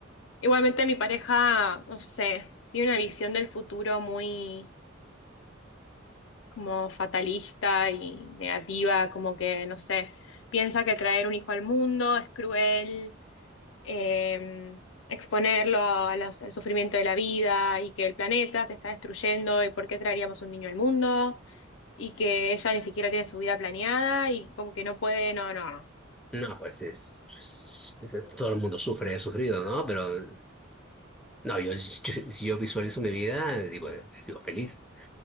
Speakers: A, on the left; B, in the centre.
A: Igualmente mi pareja, no sé, tiene una visión del futuro muy como fatalista y negativa, como que, no sé, piensa que traer un hijo al mundo es cruel, eh, exponerlo a los- al sufrimiento de la vida y que el planeta se está destruyendo y por qué traeríamos un niño al mundo y que ella ni siquiera tiene su vida planeada y como que no puede, no, no. no.
B: No, pues es, es- todo el mundo sufre, he sufrido, ¿no? Pero No, yo, yo- si yo visualizo mi vida, digo, sigo feliz.